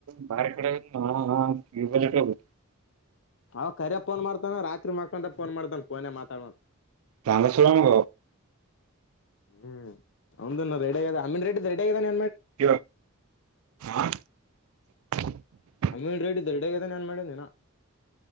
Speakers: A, on the right; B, on the left.
A: ಬರೆ ಕಡೆ ಹ ಇಬ.
B: ಅವಖರ್ಯ ಫೋನ್ ಮಾಡ್ತಾನ ರಾತ್ರಿ ಮಕೊಂಡ ಫೋನ್ ಮಾಡತನ್ ಫೋನ ಮಾತಾಡ.
A: ತಾಂದ ಸುರಂಗ.
B: ಹ್ಮ್ ಅವದಾನ ರೆಡಿ ಆಗದ ಅಮೀನ್ ರೆಡಿ ರೆಡಿ ಆಗದಾನೆ.
A: ಕ ಆಾ <unintelligible>
B: ಅಮೀನ್ ರೆಡ್ ದರಡಗದಾನ ಏನ್ ಮಾಡನಿನ.